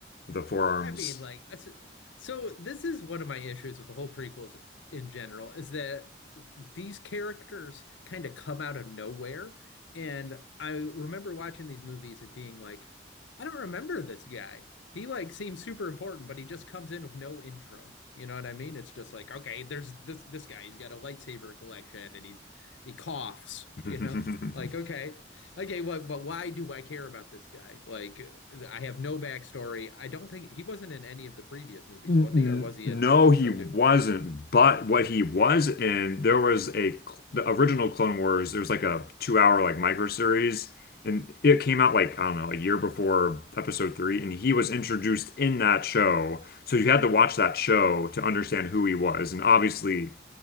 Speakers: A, on the left; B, on the left.
A: with the forearms?
B: I mean, like, uh, s- so this is one of my issues with the whole prequels in general is that these characters kind of come out of nowhere. And I remember watching these movies and being like, I don't remember this guy. He like seems super important, but he just comes in with no intro. You know what I mean? It's just like, okay, there's this this guy. He's got a lightsaber collection and he's he coughs,
A: <laughs>
B: you know? Like, okay. Okay, well, but why do I care about this guy? Like, I have no backstory. I don't think he wasn't in any of the previous movies,
A: N-
B: was he? Or was he
A: No,
B: in episode
A: he wasn't.
B: two?
A: But what he was in, there was a cl- the original Clone Wars. There was like a two hour like micro series, and it came out like I don't know a year before Episode three, and he was introduced in that show. So you had to watch that show to understand who he was. And obviously,